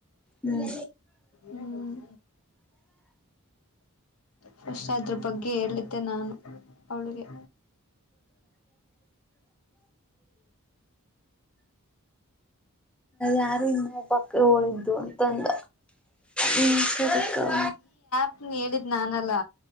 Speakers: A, in the centre; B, on the left.
A: ಹ್ಮ್
B: ಹ್ಮ್. ಫಸ್ಟ್ ಅದ್ರ ಬಗ್ಗೆ ಹೇಳಿದ್ದೆ ನಾನು ಅವಳಿಗೆ.
A: ಯಾರು ಇನ್ನೊಬ್ಬ ಅಕ್ಕ ಹೋಳಿದ್ದು ಅಂತಂದ ಹ್ಮ ಸರಿ ಕವ
B: ಹ್ಮ ಹೇಳಿದ್ ನಾನಲ್ಲಾ.